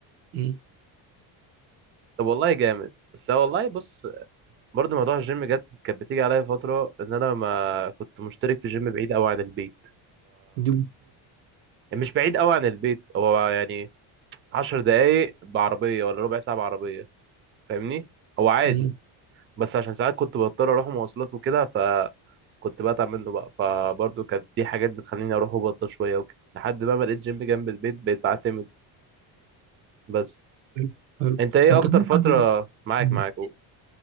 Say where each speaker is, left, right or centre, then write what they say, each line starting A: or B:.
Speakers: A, on the right (about 80°); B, on the right (about 25°).
A: مم.
B: طب والله جامد بس هو والله بص برضه موضوع الجيم جت كانت بتيجي عليا فتره ان انا ما كنت مشترك في جيم بعيد قوي عن البيت
A: دي
B: يعني مش بعيد قوي عن البيت هو يعني 10 دقايق بعربيه ولا ربع ساعه بعربيه فاهمني هو عادي
A: مم.
B: بس عشان ساعات كنت بضطر اروح مواصلات وكده فكنت بتعب منه بقى فبرضه كانت دي حاجات بتخليني اروح وبطل شويه وكده لحد بقى ما لقيت جيم جنب البيت بقيت بعتمد بس
A: حلو حلو.
B: انت ايه
A: طب
B: اكتر
A: كمان
B: فتره
A: أنا-
B: معاك
A: مم.
B: معاك قول.